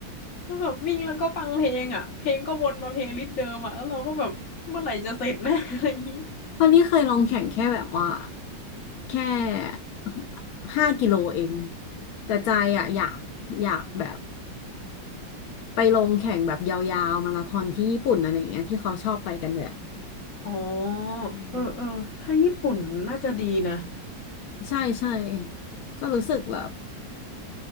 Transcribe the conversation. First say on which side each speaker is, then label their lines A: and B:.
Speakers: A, on the left; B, on the left.
A: แล้วแบบวิ่งแล้วก็ฟังเพลงอะเพลงก็วนมาเพลย์ลิสต์เดิมอะแล้วเราก็แบบเมื่อไหร่จะเสร็จนะ <laughs> อะไรอย่างนี้
B: เพราะนี่เคยลองแข่งแค่แบบว่าแค่ห้ากิโลเองแต่ใจอ่ะอยากอยากแบบไปลงแข่งแบบยาวๆมาราธอนที่ญี่ปุ่นอะไรอย่างเงี้ยที่เขาชอบไปกันเลยอะ
A: อ๋อ
B: อืม
A: เออเออถ้าญี่ปุ่นน่าจะดีนะ
B: ใช่ใช่ก็รู้สึกแบบ